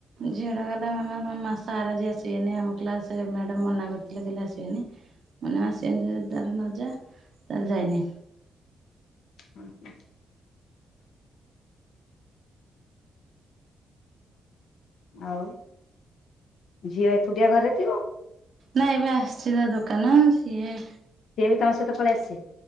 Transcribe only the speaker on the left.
<inaudible> <inaudible> ଆଉ ଝିଅ ଏକୁଟିଆ ଘରେ ଥିବ?
ସିଏ ବି ତମ ସହିତ ପଳେଇ ଆସଚି?